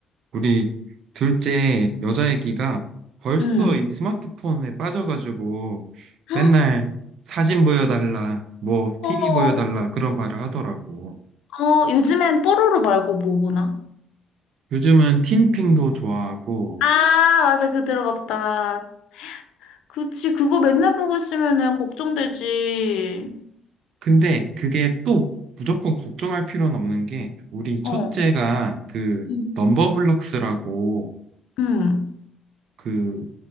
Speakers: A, on the right; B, on the left.
A: 우리 둘째 여자 애기가 벌써
B: 응.
A: 이 스마트폰에 빠져가지고
B: <gasps>
A: 맨날 사진 보여달라 뭐
B: 어,
A: TV 보여달라 그런 말을 하더라고.
B: 어, 요즘엔 뽀로로 말고 뭐 보나?
A: 요즘은 티니핑도 좋아하고
B: 아, 맞아. 그거 들어봤다. 그치, 그거 맨날 보고 있으면은 걱정되지.
A: 근데 그게 또 무조건 걱정할 필요는 없는 게 우리 첫째가
B: 어,
A: 그
B: 응,
A: 넘버블록스라고
B: 응,
A: 그